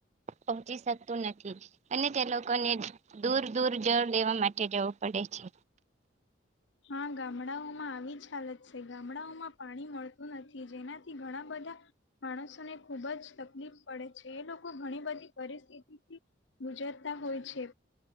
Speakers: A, on the right; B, on the left.
A: પહોંચી શકતું નથી અને તે લોકોને દૂર દૂર જળ લેવા માટે જવું પડે છે
B: હા ગામડાઓમાં આવી જ હાલત છે ગામડાઓમાં પાણી મળતું નથી જેનાથી ઘણા બધા માણસોને ખુબ જ તકલીફ પડે છે એ લોકો ઘણી બધી પરિસ્થિતિ થી ગુજરતા હોય છે